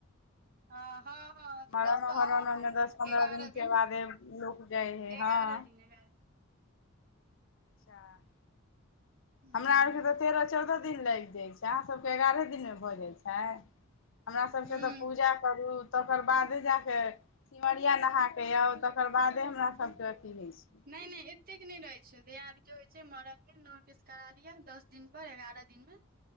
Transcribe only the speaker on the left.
मरनो
हरनोमे
दस पन्द्रह
दिनके
बादे लोक जाइ हइ
हँ
जा
हमरा आर के तऽ तेरह चौदह दिन लागि जाय छै अहा और के एगारे दिन मे भऽ जाइ छै, हमरा सभके
तऽ पूजा करू। तकर बादे जाके सिमरिया नहाके आउ तकर बादे हमरा सभके अथी होइ छै